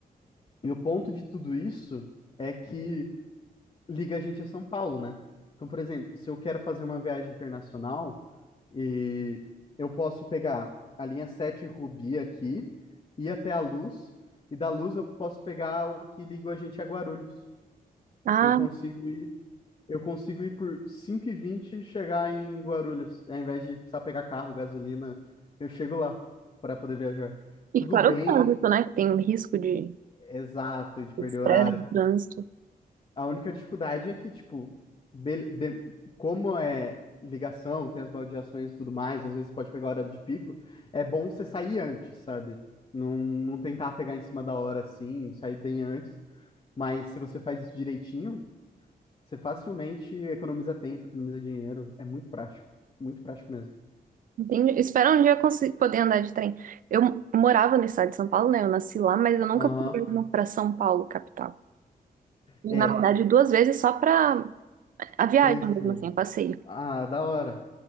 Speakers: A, on the left (about 35°); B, on the right (about 60°).
A: E o ponto de tudo isso é que liga a gente a São Paulo, né? Então, por exemplo, se eu quero fazer uma viagem internacional e eu posso pegar a linha sete Rubi aqui, ir até a Luz, e da Luz eu posso pegar o que liga a gente a Guarulhos.
B: Ah,
A: Eu consigo ir eu consigo ir por cinco e vinte e chegar em Guarulhos. Ao invés de precisar pegar carro, gasolina, eu chego lá para poder viajar. Tudo
B: e claro,
A: bem,
B: o trânsito,
A: que-
B: né? Que tem o risco de
A: exato, de perder
B: estresse,
A: horário.
B: de trânsito.
A: A única dificuldade é que, tipo, bele- de- como é ligação, tem as baldeações e tudo mais, às vezes pode pegar hora de pico, é bom você sair antes, sabe? Não, não tentar pegar em cima da hora assim, sair bem antes. Mas se você faz isso direitinho, Você facilmente economiza tempo, economiza dinheiro. É muito prático. Muito prático mesmo.
B: Entendi. Espero um dia eu consi- poder andar de trem. Eu morava no estado de São Paulo, né? Eu nasci lá, mas eu nunca
A: Aham.
B: fui mesmo pra São Paulo, capital. E,
A: É,
B: na verdade, duas vezes só pra a viagem
A: conhecer.
B: mesmo, assim, o passeio.
A: Ah, da hora.